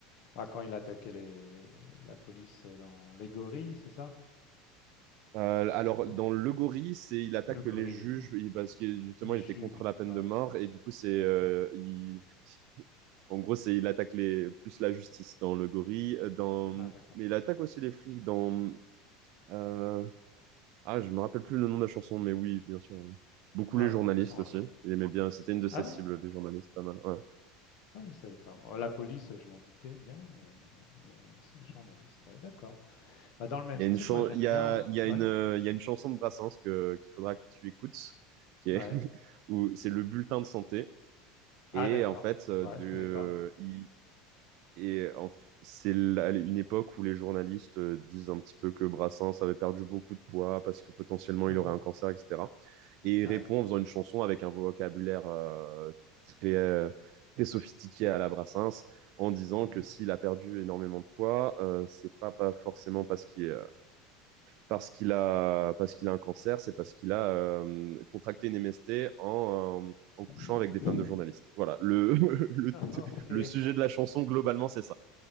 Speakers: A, on the left (about 55°); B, on the right (about 55°).
A: Ah, quand il attaquait les... la police dans les gorilles, c'est ça?
B: Euh,
A: C'est
B: alors,
A: Les... go-
B: dans Le Gorille, c'est il attaque
A: Le gorille,
B: les juges il- parce que justement
A: les
B: il
A: juges.
B: était contre la peine
A: Ah
B: de
A: ouais.
B: mort et du coup c'est euh,
A: ouais.
B: il- <laughs> en gros c'est il attaque les plus la justice dans Le Gorille euh, dans
A: Ah d'accord.
B: mais il attaque aussi les flics dans euh, ah je me rappelle plus le nom de la chanson mais oui bien sûr hein. beaucoup
A: Ah
B: les journalistes
A: oui, de toute façon.
B: aussi
A: euh,
B: il aimait bien c'était une de ses
A: Ah
B: cibles
A: ouais?
B: les journalistes pas mal ouais.
A: Ah je savais pas. Oh, La police, je m'en doutais bien, mais mais euh, si les journalistes, ouais, d'accord. Bah, dans le même
B: il
A: style,
B: y a une chan-
A: moi j'aime
B: il y
A: bien.
B: a
A: euh,
B: il y a une
A: Ouais,
B: euh, il y a une chanson de Brassens que qu'il faudra que tu écoutes qui est
A: ouais.
B: <laughs> où c'est le bulletin de santé
A: Ah
B: Et
A: d'accord.
B: en fait, euh,
A: Ouais,
B: du,
A: je connais pas.
B: il- et en f- c'est la- une époque où les journalistes euh, disent un petit peu que Brassens avait perdu beaucoup de poids parce que potentiellement
A: Uhum.
B: il aurait un cancer, etc. Et il
A: Ouais.
B: répond en faisant une chanson avec un vocabulaire euh, très, euh, très sophistiqué à la Brassens, en disant
A: Mhm.
B: que s'il a perdu énormément de poids, euh, c'est pas, pas forcément parce qu'il parce qu'il a, parce qu'il a un cancer, c'est parce qu'il a euh, contracté une MST en, euh, en couchant
A: <laughs>
B: avec des femmes de journalistes. Voilà, le, <laughs> le,
A: Ok.
B: le sujet de la chanson, globalement, c'est ça.